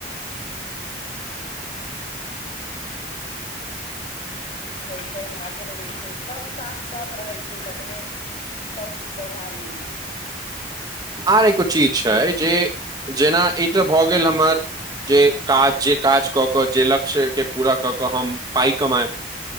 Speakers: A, on the left; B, on the right.
A: रहै छै भाग्य रहै छै सभ साथ साथ रहै छै तखने सबकिछ प्रभावी होइ छै
B: आर एगो चीज छै जे जेना ई तऽ भऽ गेल हमर जे काज जे काज कऽ क जे लक्ष्य के पूरा कऽ के हम पाई कमाायब